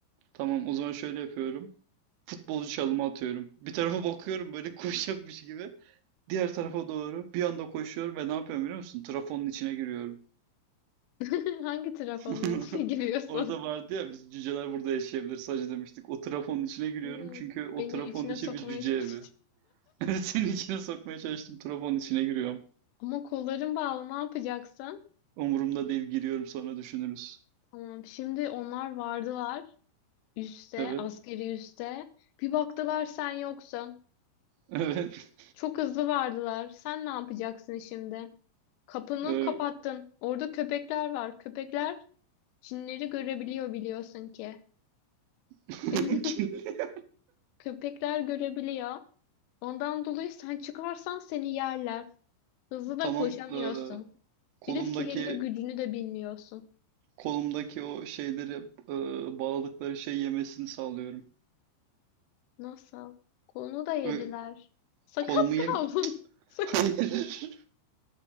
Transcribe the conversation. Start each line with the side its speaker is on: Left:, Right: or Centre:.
Right: Tamam o zaman şöyle yapıyorum. Futbolcu çalımı atıyorum. Bir tarafa bakıyorum böyle koşacakmış gibi. Diğer tarafa doğru bir anda koşuyorum ve ne yapıyorum biliyor musun? Trafonun içine giriyorum.
Left: <laughs> Hangi trafonun
Right: <laughs>
Left: içine giriyorsun?
Right: Orada vardı ya biz cüceler burada yaşayabilir sadece demiştik. O trafonun içine giriyorum
Left: Evet.
Right: çünkü o
Left: Beni
Right: trafonun
Left: içine
Right: içi
Left: sokmaya
Right: bir cüce
Left: çalıştı.
Right: evi. <laughs> Senin içine sokmaya çalıştım trafonun içine giriyorum.
Left: Ama kolların bağlı ne yapacaksın?
Right: Umurumda değil giriyorum sonra düşünürüz.
Left: Tamam şimdi onlar vardılar. Üste,
Right: Evet.
Left: askeri üste. Bir baktılar sen yoksun.
Right: Evet.
Left: Çok hızlı vardılar. Sen ne yapacaksın şimdi? Kapını
Right: <laughs> Ee,
Left: kapattın. Orada köpekler var. Köpekler cinleri görebiliyor biliyorsun ki.
Right: <laughs>
Left: <laughs> Köpekler görebiliyor. Ondan dolayı sen çıkarsan seni yerler. Hızlı
Right: Tamam.
Left: da koşamıyorsun.
Right: ee, kolumdaki
Left: Bir de sihirli gücünü de bilmiyorsun.
Right: Kolumdaki o şeyleri e, bağladıkları şey yemesini sağlıyorum.
Left: Nasıl? Kolunu da yediler.
Right: Ö-
Left: Sakat
Right: kolumu
Left: kaldın.
Right: yem...
Left: <laughs> Sak
Right: <laughs> Hayır.